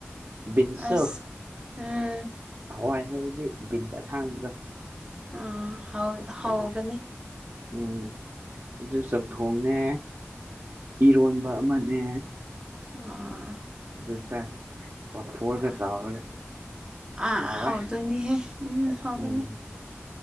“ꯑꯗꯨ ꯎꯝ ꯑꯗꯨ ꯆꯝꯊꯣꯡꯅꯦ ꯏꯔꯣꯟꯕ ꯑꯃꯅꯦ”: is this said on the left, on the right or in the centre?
Right